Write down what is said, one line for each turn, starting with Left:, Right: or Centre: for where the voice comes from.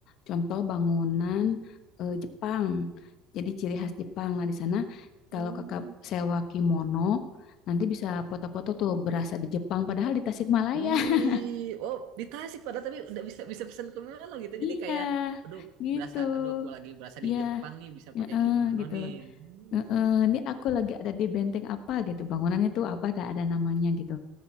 Left: Contoh bangunan eh, Jepang. Jadi ciri khas Jepang. Nah, di sana
Right: Hmm.
Left: kalau kakak sewa kimono, nanti bisa foto-foto tuh berasa di Jepang. Padahal di Tasikmalaya.
Right: Wih,
Left: <laughs>
Right: oh di Tasik padahal tapi udah bisa bisa pesan ke Manado gitu. Jadi
Left: Iya,
Right: kayak, aduh
Left: gitu.
Right: berasa, aduh aku lagi berasa
Left: Iya,
Right: di Jepang nih bisa
Left: ya,
Right: pakai
Left: eh,
Right: kimono
Left: gitu.
Right: nih. Hmm.
Left: Heeh, ini aku lagi ada di benteng apa gitu, bangunannya tuh apa, ada ada namanya gitu